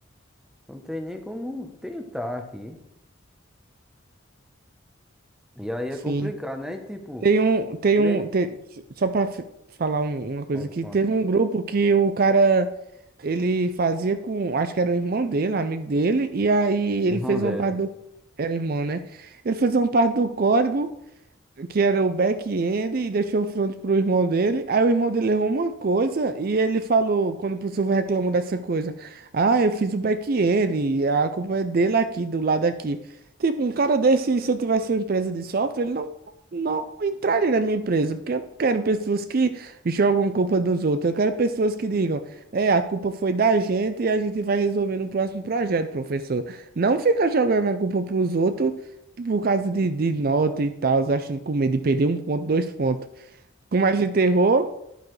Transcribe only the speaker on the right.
sim.
Tem um. Tem
um. tem- Só pra fi- falar um- uma coisa
aqui,
teve um grupo que o cara. Ele fazia com. Acho que era o irmão dele, amigo dele, e aí
ele
fez uma parte do. Era irmão, né? Ele fez uma parte do código. que era o back-end e deixou o front pro irmão dele. Aí o irmão dele errou uma coisa e ele falou, quando o professor reclamou dessa coisa, ah, eu fiz o back-end, e a culpa é dele aqui, do lado aqui. Tipo, um cara desse, se eu tivesse uma empresa de software, ele não, não entraria na minha empresa, porque eu não quero pessoas que jogam culpa dos outros. Eu quero pessoas que digam, é, a culpa foi da gente e a gente vai resolver no próximo projeto, professor. Não fica jogando a culpa pros outros por causa de, de nota e tal, achando com medo de perder um ponto, dois pontos. Como a gente errou,